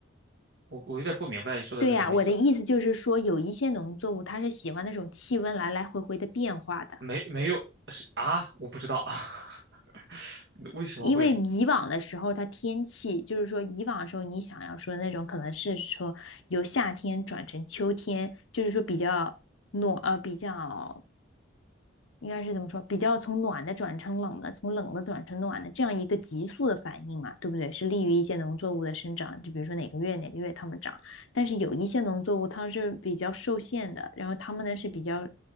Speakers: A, on the right; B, on the left.
A: 我我有点不明白你说的是什么意思，
B: 对呀，我的意思就是说，有一些农作物它是喜欢那种气温来来回回的变化的。
A: 没没有是啊，我不知道啊，<laughs> 为什么会
B: 因为以往的时候，它天气就是说，以往的时候你想要说那种可能是说由夏天转成秋天，就是说比较暖呃比较应该是怎么说？比较从暖的转成冷的，从冷的转成暖的，这样一个急速的反应嘛，对不对？是利于一些农作物的生长，就比如说哪个月哪个月它们长，但是有一些农作物它是比较受限的，然后它们呢是比较